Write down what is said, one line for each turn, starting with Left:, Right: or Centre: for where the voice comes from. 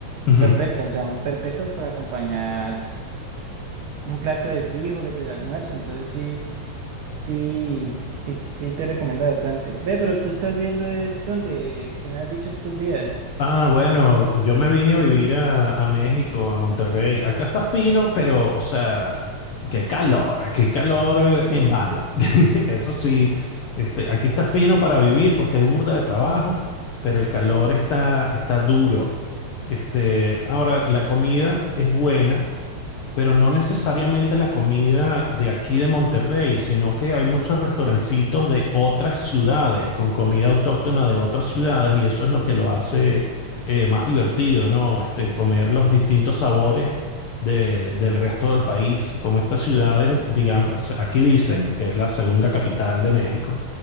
Left: ujú.
Right: Perfectas, o sea, son perfectas para acompañar un plato de frijoles del almuerzo. Entonces sí, sí, sí, sí te recomiendo bastante. Ve, pero tú estás viendo es donde, que me has dicho estos días.
Left: Ah, bueno, yo me vine a vivir a, a México, a Monterrey. Acá está fino, pero, o sea, qué calor, qué calor eh,
Right: <laughs>
Left: en banda. <laughs> Eso sí, este, aquí está fino para vivir porque hay burda de trabajo, pero el calor está, está duro. Este, ahora, la comida es buena pero no necesariamente la comida de aquí de Monterrey, sino que hay muchos restaurancitos de otras ciudades con comida autóctona de otras ciudades y eso es lo que lo hace
Right: Sí.
Left: eh, más divertido, ¿no? Este, comer los distintos sabores de- del resto del país, como estas ciudades, digamos, aquí dicen que es la segunda capital de México.